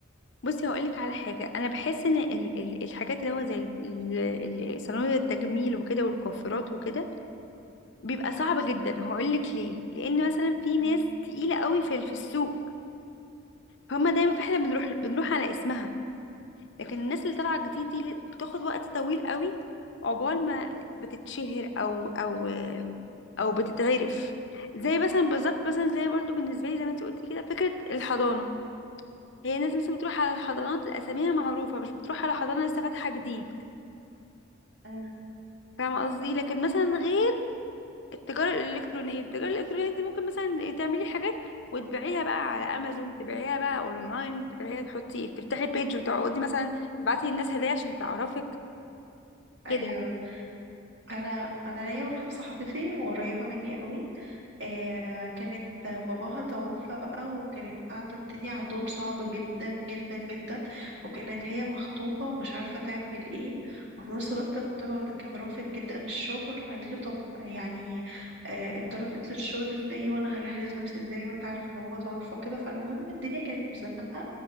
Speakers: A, on the left; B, on the right.
A: بصي هقول لك على حاجة أنا بحس إن ال- ال- الحاجات اللي هو زي ال- ال- صناديق التجميل وكده والكوافيرات وكده بيبقى صعب جدا هقول لك ليه لأن مثلا في ناس
B: أم-
A: تقيلة قوي في في السوق فهم دايما فاحنا بنروح بنروح على اسمها لكن الناس اللي طالعه جديد دي بتاخد وقت طويل قوي عقبال ما بتتشهر او او او بتتعرف زي مثلا بالظبط مثلا زي برضو بالنسبه لي زي ما انت قلتي كده فكره الحضانه هي الناس مثلا بتروح على الحضانات اساميها معروفه مش بتروح على حضانه لسه فاتحه جديد
B: أم.
A: فاهمه قصدي لكن مثلا غير التجاره الالكترونيه التجاره الالكترونيه انت ممكن مثلا تعملي حاجات وتبيعيها بقى على امازون تبيعيها بقى اونلاين تبيعيها تحطي تفتحي بيج وتقعدي مثلا تبعتي للناس هدايا عشان تعرفك كده.
B: ايوه انا انا ليا واحده صاحبتي وقريبه مني قوي آه كانت باباها توفى بقى وكانت قاعدة الدنيا عندهم صعبة جدا جدا جدا وكانت هي مخطوبة ومش عارفة تعمل ايه وفي نفس الوقت خطيبها ده كان رافض جدا الشغل قالت له طب يعني آه انت رافض الشغل ازاي وانا هجهز نفسي ازاي وانت عارف ان بابا توفى كده فالمهم الدنيا كانت مزنقة